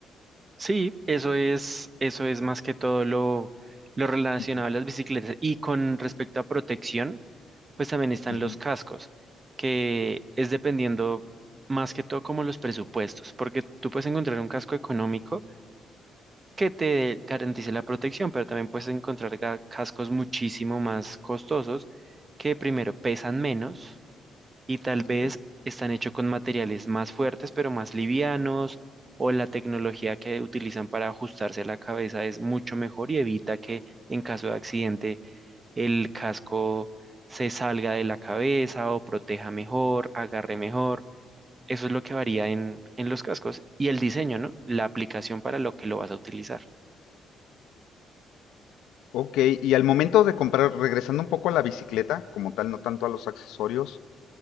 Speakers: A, on the right; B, on the left.
A: Sí, eso es, eso es más que todo lo, lo relacionado
B: Ujú,
A: a las bicicletas. Y con respecto a protección, pues también están
B: ujú.
A: los cascos, que es dependiendo más que todo como los presupuestos, porque tú puedes encontrar un casco económico que te garantice la protección, pero también puedes encontrar ga- cascos muchísimo más costosos que primero pesan menos y tal vez
B: Ok.
A: están hechos con materiales más fuertes, pero más livianos, o la tecnología que utilizan para ajustarse a la cabeza es mucho mejor y evita que en caso de accidente el casco se salga de la cabeza o proteja mejor, agarre mejor. Eso es lo que varía en, en los cascos y el diseño, ¿no? La aplicación para lo que lo vas a utilizar.
B: Ok, y al momento de comprar, regresando un poco a la bicicleta, como tal, no tanto a los accesorios,